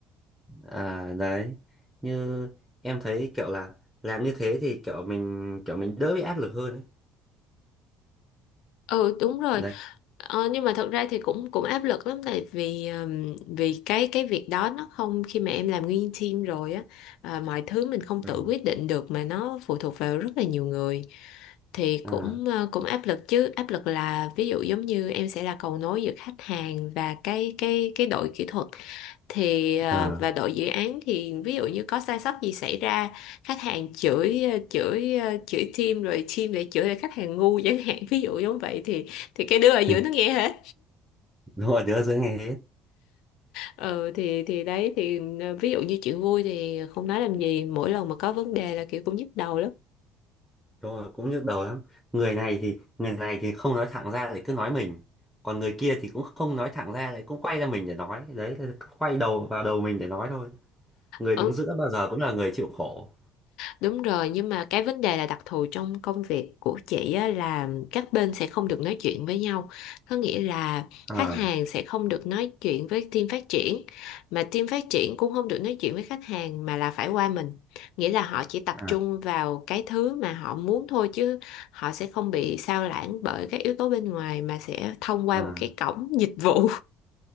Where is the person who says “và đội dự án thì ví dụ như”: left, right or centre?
Left